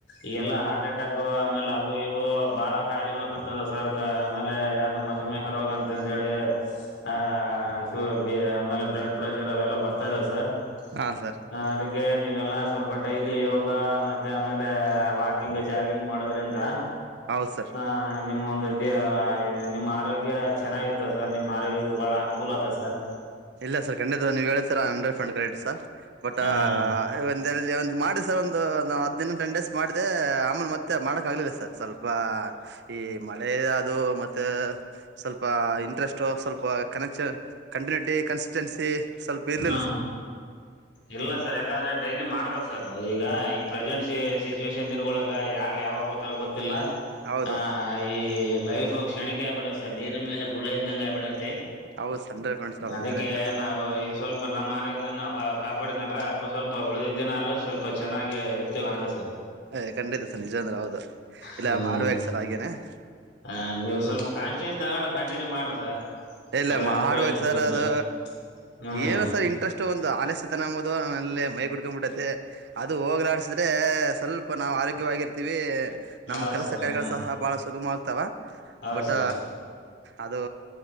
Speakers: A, on the left (about 70°); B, on the right (about 65°).
A: ಈಗೆಲ್ಲ ಹಾರ್ಟ್ ಅಟ್ಯಾಕ್ ಆಮೇಲೆ ಅವು ಇವು ಬಹಳ ಖಾಯಿಲೆಗಳು ಬರ್ತದ ಸರ್. ಆಮೇಲೆ ಯಾವ್ದ್ ಮಧುಮೇಹ ರೋಗ ಅಂತಂದ ಹೇಳಿ. ಆ ಸು ಬಿ ಆಮೇಲೆ ಬ್ಲಡ್ ಪ್ರೆಷರ್ ಅವೆಲ್ಲಾ ಬರ್ತಾ ಇದ್ದಾವೆ ಸರ್
B: ಹಾ ಸರ್
A: ಆ ಅದ್ ಕ್ಕೆ ನೀವೆಲ್ಲ ಸ್ವಲ್ಪ ಡೈಲಿ ಯೋಗ ಮತ್ತೆ ಆಮೇಲೆ ವಾಕಿಂಗ್ ಜಾಗಿಂಗ್ ಮಾಡೋದ್ರಿಂದ
B: ಹೌದ್ ಸರ್.
A: ಹ ನಿಮ್ಮ ಒಂದು ದ ನಿಮ್ಮ ಆರೋಗ್ಯ ಚೆನ್ನಾಗಿರ್ತ ಸರ್ ನಿಮ್ಮ ಆರೋಗ್ಯಕ್ಕೆ ಬಹಳ ಅನುಕೂಲ ಅದ ಸರ್
B: ಇಲ್ಲ ಸರ್ ಖಂಡಿತ ನೀವು್ ಹೇಳ ಸರ hundred percent refund correct sir but
A: ಹ
B: ಒಂದು ಎರಲ್ಲಿ ಒಂದು ಮಾಡಿ ಸರ್ ಒಂದು ಹತ್ತು ದಿನ ಟೆನ್ ಡೇಸ್ ಮಾಡಿದೆ ಆಮೇಲೆ ಮತ್ತೆ ಮಾಡೋಕ್ಕಾಗಲಿಲ್ಲ ಸರ್ ಸ್ವಲ್ಪ ಈ ಮಳೆ ಅದು ಮತ್ತೆ ಸ್ವಲ್ಪ ಇಂಟ್ರೆಸ್ಟ್ ಎ್ಟೋ ಸ್ವಲ್ಪ ಕನೆಕ್ಷನ್ ಕಂಟಿನ್ಯೂಟಿ ಕನ್ಸಿಸ್ಟೆನ್ಸಿ ಸ್ವಲ್ಪ ಇರಲಿಲ್ಲ
A: ಹಾ
B: ಸರ್
A: ಇಲ್ಲ ಸರ್ ಯಾಕಂದ್ರೆ ಡೈಲಿ ಮಾಡ್ಬೇಕಕ್ ಸರ್ ಈಗ ಈ ಪ್ರೆಸೆಂಟ್ ಸಿಚುವೇೇಶನ್ ದಿನ್ಗಳೊಳಗ ಯಾರ್ ಯಾವಾಗ <unintelligible> ಗೊತ್ತಿಲ್ಲ
B: ಹೌದು
A: ಹ ಈ ಲೈಫ್ ಕ್ಷಣಿಕ ಆಗ್ಬಿಡ ಸರ್ ನೀರ್ ಮೇಲೆ ಗುಳ ಇದ್ದಂಗಗೆ ಆಬಿಟ್ಟ
B: ಹೌದು ಸರ್ ಹಂಡ್ರೆಡ್ ಪರ್ಸೆಂಟ್ ಸರ್ ಹೌದು
A: ಅದಕ್ಕೆ
B: ಕರೆಕ್ಟ್
A: ನಾವು ಸ್ವಲ್ಪ ನಮ್ಮ ಆರೋಗ್ಯವನ್ನು ಕಾಪಾಡಿಕೊಂಡ್ರೆ ಅಲ್ಪ ಸ್ವಲ್ಪ ಉಳಿದಿದ್ದಿನ ಅಲ್ಲೂ ಸ್ವಲ್ಪ ಚೆನ್ನಾಗಿ ಇರ್ತೀವ ಅಂತ ಸರ್
B: ಯ್ ಖಂಡಿತ ಸರ್ ನಿಜ ಅಂದ್ರೆ ಹೌದು ಇಲ್ಲ
A: ಹ್ಮ್
B: ಮಾಡ್ಬೇಕು ಸರ್ ಹಾಗೇನೆ ಆ,
A: ಹ ನೀವು ಸ್ವಲ್ಪ ಕಾನ್ಸ್ಟಿನ್ಯೂಸ್ ತಗೊಂಡು ಕಂಟಿನ್ಯೂ ಮಾಡ್ರಿ ಸರ್
B: ಇಲ್ಲ
A: ಒಳ್ಳೆ ಅನುಕೂಲ
B: ಮಾಡ್ಬೇಕು
A: ಐತಿ ಇದ್ರಿಂದ
B: ಸರ್ ಅದು
A: ಹ್ಮ್
B: ಏನು ಸರ್ ಇಂಟ್ರೆಸ್ಟ್ ಅಷ್ಟು ಒಂದು ಆಲ್ಯಸೆತನಂಬೋದು ಅಲೆ ಮೈ ಬುಡ್ಕೊಂಡ್ಬಿಡೈತೆ ಅದು ಹೋಗಲಾಡ್ಸಿದ್ರೆ ಸ್ವಲ್ಪ ನಾವು ಆರೋಗ್ಯವಾಗಿರ್ತೀವಿ ನಮ್ಮ
A: ಹೌದ್
B: ಕೆಲಸ
A: ಸರ್
B: ಕಾರ್ಯಗಳು
A: ಹ
B: ಸಹ ಬಹಳ ಸುಗಮವಗ್ತಾವ
A: ಹೌದ್
B: ಬಟ್
A: ಸರ್
B: ಅದು